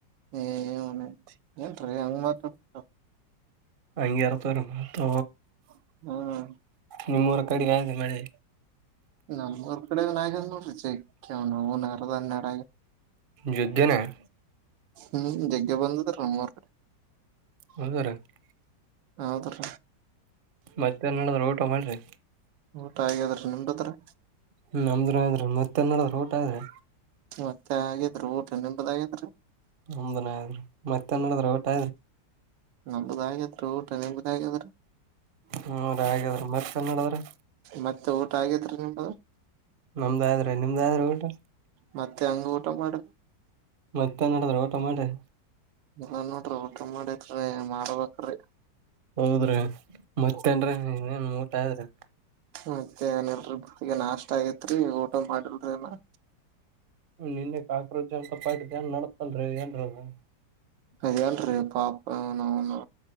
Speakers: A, on the right (about 85°); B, on the right (about 45°).
A: ಏ <unintelligible> ನ್ತಿ ಏನ್ರರಿ ಹಂಗ ಮಾತಾಡ್
B: ಅಂಗೆ ಇರತವ್ ರೀ ಮಾತ್ರ
A: ಹ್ಮ್
B: ನಿಮ್ಮ್ ಊರ ಕಡೆ ಆದೆ ಮಳೆ
A: ನಮ್ಮೂರ್ ಕಡೆ ನ ವಿ ನ <unintelligible> ಅರ ತನ್ನೆಡ
B: ಯೋಗ್ಯನಾ <unintelligible>
A: ಹ್ಮ್ ಜಗ್ಗೆ ಬಂದದ್ರೀ ನಮ್ಮ್ ಊರ್ ಕಡೆ
B: ಹರ <unintelligible>
A: ಹೌದ್ರ
B: ಮತ್ತೆ ಏನ್ ನಡದ್ರ ಊಟ ಮಾಡ್ರಿ.
A: ಊಟ ಹಾಗದ್ರ ನಮ್ದ ಊಟ ರೀ
B: ಹ್ಮ ನಮ್ ಆದ್ರ ಮತ್ತ ನಡ <unintelligible> ರೋಟ ಆದ್ರೆ
A: ಮತ್ತೆ ಆಗಿದ್ರರು ಊಟ ನಿಂಬದಾಗಿದ್ರಿ
B: ಒಮನ್ <unintelligible> ಮತ್ತೇನ್ ನೋಡ್ರ ಒಟ್
A: ನಮ್ದು ಆಗತ್ ರೀ ಊಟ ನಿಮ್ದು ಆಗ್ಯಾದ್ರೀ
B: ಹ್ಮ ರೀ ಹಾಗದ್ರ ಮತ್ ಏನ್ ಮಾಡುದ್ರಿ
A: ಮತ್ತೆ ಊಟ ಆಗಿದ್ರೀ ನಿಮ್ಮದು
B: ನಮ್ದ್ ಆದ್ರೆ ನಿಮ್ದ ಆದ್ರೆ ಊಟ
A: ಮತ್ತೆ ಹಂಗ ಊಟ ಮಾಡದ್
B: ಮತ್ತೆ ಏನ್ ಮಾಡುದ್ರಿ ಊಟ ಮಾಡುದ್ರಿ
A: ಎಲ್ಲ ನೋಡ್ರಿ ಊಟ ಮಾಡತ್ರಿ ಮಾಡಾರ್ಬೇಕ್ರಿ
B: ಹೌದ್ರಿ ಮತ್ತೇನ್ ಇನ್ನೇನ್ ಊಟ ಆದದ್ರಿ
A: ಮತ್ತೆ ಏನಲ್ರರಿ ನಾಷ್ಟ ಆಗೇತ್ರಿ ಊಟ ಮಾಡಿಲ್ರಿ ಏನ
B: ನಿನ್ನೆ ಕಾಕ್ರೋಜಿ ಅಂತ ಪಾ ಏನ್ ನಡತನ್ರೀ ಏನ್ರದು <unintelligible>
A: ಅದೇಲ್ರರಿ ಪಾಪ ಅವನ್ ಅವುನು